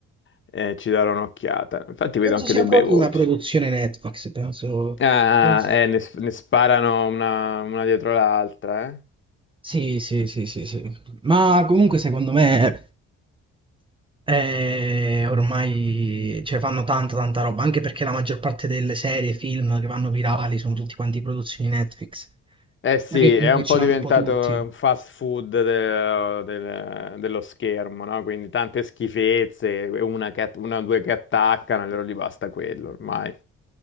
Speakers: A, on the left (about 40°); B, on the right (about 20°).
A: Eh, ci darò un'occhiata. Infatti vedo
B: Penso
A: anche
B: sia
A: dei
B: proprio
A: bei voti.
B: una produzione Netflix, penso.
A: Ah,
B: penso-
A: ah, eh, ne, ne sparano una, una dietro l'altra, eh.
B: Sì, sì, sì, sì, sì. Ma comunque secondo me eh, ormai cioè, fanno tanta, tanta roba, anche perché la maggior parte delle serie, film che vanno virali sono tutti quanti produzioni Netflix.
A: Eh sì,
B: Ma che comunque
A: è un
B: ce
A: po'
B: l'hanno
A: diventato
B: un po' tutti.
A: un fast food de- del- dello schermo, no? Quindi tante schifezze, una, che, una o due che attaccano, allora gli basta quello ormai.